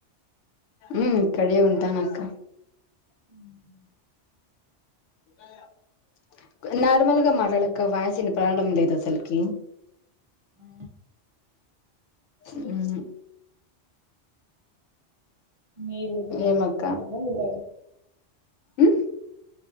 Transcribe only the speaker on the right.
ఉమ్
ఆ
నఊ మా
ఉ